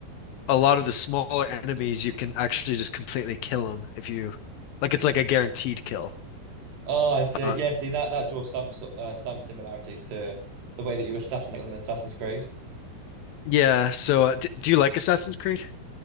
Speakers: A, on the left; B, on the right.
A: a lot of the smaller enemies, you can actually just completely kill them if you like. It's like a guaranteed kill.
B: Oh, I see.
A: Uh,
B: Yeah, see that that draws some so- uh, some similarities to the way that you assassinate on the Assassin's Creed.
A: yeah. So, uh, d do you like Assassin's Creed?